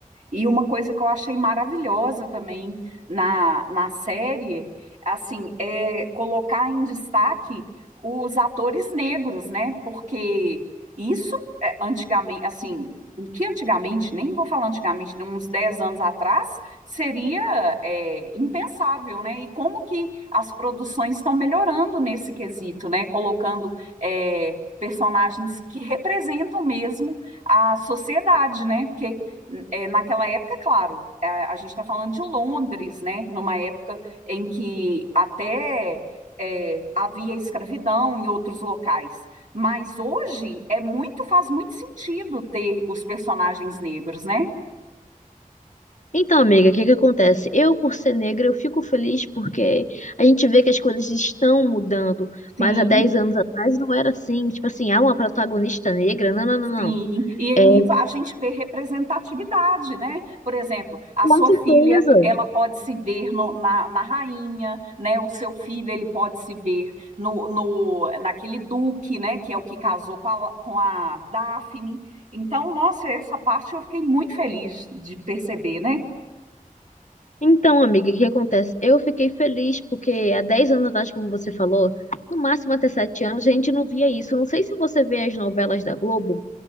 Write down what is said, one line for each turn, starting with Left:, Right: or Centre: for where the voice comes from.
Right: E uma coisa que eu achei maravilhosa também na, na série, assim, é colocar em destaque os atores negros, né? Porque isso é, antigamente, assim, o que antigamente, nem vou falar antigamente, de uns 10 anos atrás, seria é, impensável, né? E como que as produções estão melhorando nesse quesito, né? Colocando é, personagens que representam mesmo a sociedade, né? Porque é, naquela época, claro, a, a gente está falando de Londres, né? Numa época em que até é, havia escravidão em outros locais. Mas hoje é muito, faz muito sentido ter os personagens negros, né?
Left: Então, amiga, o que que acontece? Eu, por ser negra, eu fico feliz porque a gente vê que as coisas estão mudando,
Right: Sim.
Left: mas há 10 anos atrás não era assim. Tipo assim, ah, uma protagonista negra? Não, não, não,
Right: Sim,
Left: não.
Right: e aí
Left: É,
Right: a gente vê representatividade, né? Por exemplo, a
Left: com
Right: sua
Left: certeza.
Right: filha, ela pode se ver no- na, na rainha, né? O seu filho, ele pode se ver no, no naquele duque, né? Que é o que casou com a, com a Daphne. Então, nossa, essa parte eu fiquei muito feliz de perceber, né?
Left: Então, amiga, o que acontece? Eu fiquei feliz porque há 10 anos atrás, como você falou, no máximo até 7 anos, a gente não via isso. Não sei se você vê as novelas da Globo,